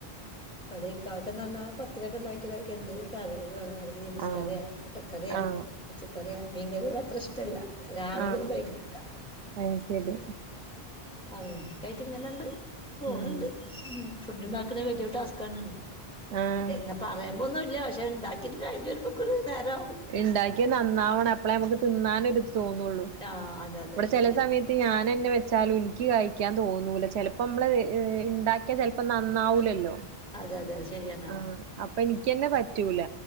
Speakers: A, in the centre; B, on the right.
A: ഇവടെക്കാക്ക്ന്ന് പറഞ്ഞ പത്തിരിയൊക്കെണ്ടാക്കിയാല് അയിക്കെന്തേലും കറികള് വേണോന്ന് പറയും ഗ്രീൻ പീസ്
B: ആഹ്
A: കറിയോ, മുട്ടക്കറിയോ,
B: ആഹ്
A: പച്ചക്കറിയാ, മീൻ കറിയോടത്രഷ്ടല്ല രാവിലെയൊന്നും
B: ആഹ്
A: കഴിക്കണട്ടാ
B: അത് ശരി
A: അങ്ങനക്കായിട്ട്ങ്ങനാണ്ട് പോണ്
B: ഉം
A: ണ്ട് ഫുഡ്ണ്ടാക്കണേ വലിയൊരു ടാസ്ക്കാണ് ണാ
B: ആഹ്
A: എന്ന പറയുമ്പൊന്നുല്ലാ. പക്ഷെണ്ടാക്കിട്ട് കഴിഞ്ഞു വരുമ്പോക്കൊരു നേരാവും
B: ഇണ്ടാക്കിയ നന്നാവണം അപ്പളേ നമുക്ക് തിന്നാനൊരു തോന്നുള്ളൂ
A: ആഹ് അതെ അതെ
B: ഇവിടെ
A: ശരിയാണ്
B: ചെലെ സമയത്ത് ഞാനെന്നെ വെച്ചാലും എനിക്ക് കഴിക്കാൻ തോന്നൂല ചെലപ്പോ മ്മള് ഇണ്ടാക്കിയാ ചെലപ്പോ നന്നാവൂലല്ലോ?
A: അതെ അതെ അത്ശരിയാണ്
B: ആഹ് അപ്പയെനിക്കെന്നെ പറ്റൂല